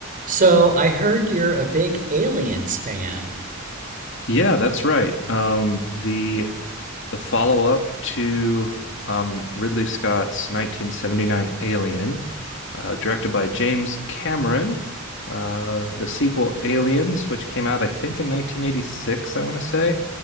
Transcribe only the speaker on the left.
Yeah, that's right. Um, the the follow-up to um, Ridley Scott's 1979 Alien, uh, directed by James Cameron, uh, the sequel Aliens, which came out I think in 1986, I want to say,